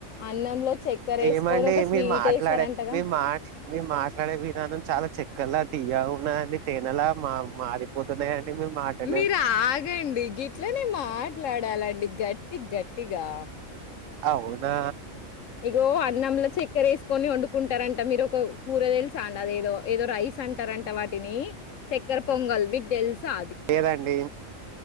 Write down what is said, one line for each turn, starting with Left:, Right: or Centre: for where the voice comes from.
Left: అన్నంలో చక్కెరేసుకొని
Right: ఏమండి
Left: ఒక స్వీటేసారంటగా?
Right: మీ మాట్లాడే మీ మాట్ మేము మాట్లాడే విధానం చాలా చెక్కల తియగావున్నా అండి, తేనెలా మా మారిపోతున్నాయండి. మీ మాటలు
Left: మీరు ఆగండి గిట్లనే మాట్లాడాలండి గట్టి గట్టిగా
Right: అవునా
Left: ఇగో అన్నంల చక్కెర వేసుకొని వండుకుంటారంట మీరు ఒక కూర తెలుసి తాండ అదేదో ఏదో ఏదో రైస్ అంటారంట వాటిని చక్కర పొంగల్ మీకు తెలుసా
Right: లేదండి